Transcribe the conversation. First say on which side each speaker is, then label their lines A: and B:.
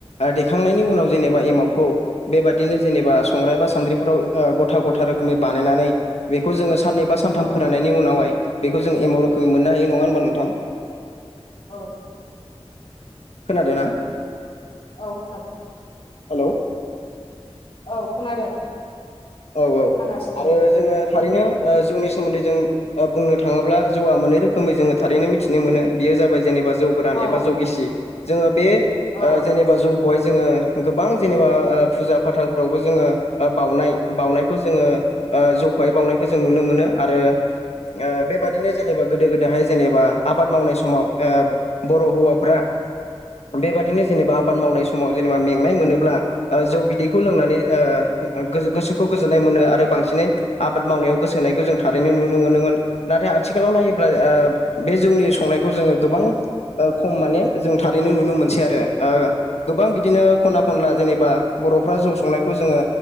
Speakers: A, on the left; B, on the left.
A: देखांनायनि उनाव जेनेबा एमावखौ बेबादिनो जेनेबा संग्राइ बा सान्द्रिफोराव गथा गथा रोखोमै बानायनानै बेखौ जोङो साननैबा सानथाम
B: औ
A: फोरानानायनायनि उनावहाय बेखौ जों एमाव रोखोमै मोननो हायो नङा होनोमबा नोंथां
B: औ
A: खोनादों ना
B: औ खोनादों
A: हेल'
B: औ खोनादों
A: औ औ
B: खोनागासिनो
A: आरो जोङो थारैनो जौनि सोमोन्दै जों बुंनो थाङोब्ला जौआ मोननै रोखोमै जोङो थारैनो मिथिनो मोनो बेयो जाबाय जेनेबा जौ गोरान
B: औ
A: एबा जौ गिसि जोङो बे
B: औ
A: जेनेबा जौखौहाय जोङो गोबां जेनेबा फुजा फाथालफ्रावबो जोङो बाउनाय बावउनायखौ जोङो ओ जौखौहाय बावनायखौ जों नुनो मोनो आरो ओ बेबादिनो जेनेबा गोदो गोदायहाय जेनेबा आबाद मावनाय समाव ओ बर' हौवाफ्रा बेबादिनो जेनेबा आबाद मावनाय समाव जेनेबा मेंनाय मोनोब्ला जौ बिदैखौ लोंनानै ओ गोसो खौ गोजोन्नाय मोनो आरो बांसिनै आबाद मावनायाव गोसो होनायखौ जों थारैनो नुनो मोनोमोन नाथाय आथिखालाव नायोब्ला अब्ला ओ बे जौनि संनायखौ जोङो गोबां खम माने जों थारैनो नुनो मोनसै आरो ओ गोबां बिदिनो खना खनला जेनेबा बर'फ्रा जौ संनायखौ जोङो